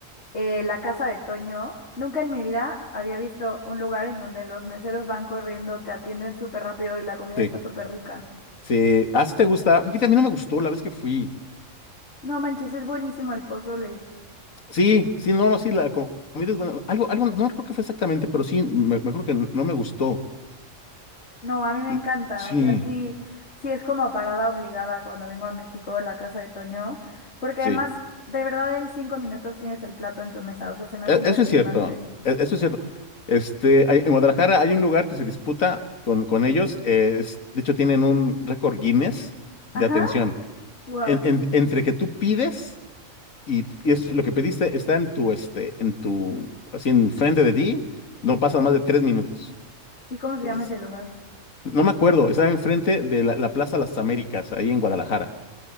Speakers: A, on the left; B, on the left.
A: Eh, la casa de Toño. Nunca en mi vida había visto un lugar en donde los meseros van corriendo, te atienden súper rápido y la comida
B: Sí,
A: está súper rica.
B: sí. Ah, sí te gusta. Fíjate, a mí no me gustó la vez que fui.
A: No manches, es buenísimo el pozole.
B: Sí, sí, no, no, sí, la co- comida es buena. Algo, algo, no recuerdo qué fue exactamente, pero sí, me, mejor que no me gustó.
A: No, a mí me
B: Mm,
A: encanta,
B: Sí,
A: o sea, sí, sí es como parada obligada cuando vengo a México, la casa de Toño, porque
B: sí.
A: además, de verdad, en cinco minutos tienes el plato en tu mesa, o sea, se me
B: E-
A: hace impresionante.
B: Eso es cierto. e- Eso es cierto. Este, hay- en Guadalajara hay un lugar que se disputa con, con ellos. eh, es- de hecho, tienen un récord Guinness
A: Ajá,
B: de atención.
A: wow.
B: En- en- entre que tú pides y, y es lo que pediste está en tu, este, en tu, así enfrente de ti, no pasan más de tres minutos.
A: ¿Y cómo se
B: Entonces.
A: llama ese lugar?
B: No me acuerdo, estaba enfrente de la, la Plaza Las Américas, ahí en Guadalajara.